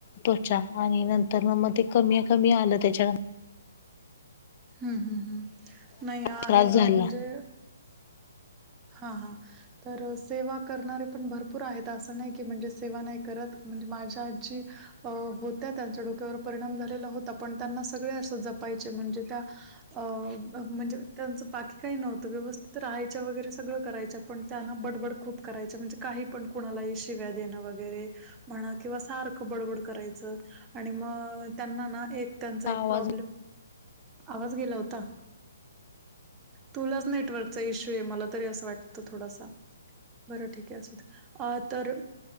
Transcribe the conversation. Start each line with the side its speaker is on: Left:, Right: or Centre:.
Left: त्वचा आणि नंतर मग मग ते कमी कमी आलं त्याच्यानंतर
Right: हम्म हम्म हम्म नाही आहे
Left: त्रास झाला.
Right: ग म्हणजे हा हा. तर सेवा करणारे पण भरपूर आहेत असं नाही की म्हणजे सेवा नाही करत म्हणजे माझ्या आजी अ होत्या त्यांच्या डोक्यावर परिणाम झालेला होता, पण त्यांना सगळे असं जपायचे म्हणजे त्या अ म्हणजे त्यांचं बाकी काही नव्हतं व्यवस्थित राहायच्या वगैरे सगळं करायच पण त्यांना बडबड खूप करायच म्हणजे काही पण कुणालाही शिव्या देणं वगैरे म्हणा किंवा सारखं बडबड करायचं, आणि मग त्यांना ना एक त्यांचा एक
Left: आवाज
Right: प्रॉब्लेम आवाज गेला होता, तुलाच नेटवर्कचा इश्यू आहे मला तरी अस वाटत थोडसा बर ठीक आहे असुदे अ तर